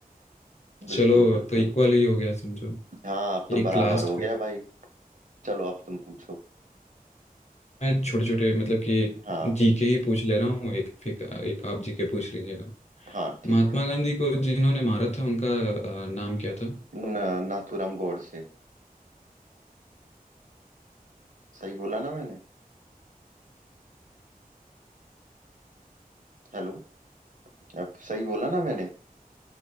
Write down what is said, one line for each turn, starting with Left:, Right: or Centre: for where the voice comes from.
Left: चलो
Right: बिल्कुल बिल्कुल
Left: अब तो इक्वल ही हो गया समझो
Right: हाँ अब तो
Left: एक
Right: बराबर
Left: लास्ट
Right: हो गया
Left: कर
Right: भाई चलो अब तुम पूछो
Left: मैं छोटे छोटे मतलब कि एक
Right: हाँ
Left: जीके ही पूछ ले रहा हूँ एक फिर एक आप जीके पूछ लीजिएगा
Right: हाँ ठीक
Left: महात्मा
Right: है
Left: गांधी को जिन्होंने मारा था उनका अ, नाम क्या था
Right: न, नाथूराम गोडसे सही बोला ना मैंने हेलो अब सही बोला ना मैंने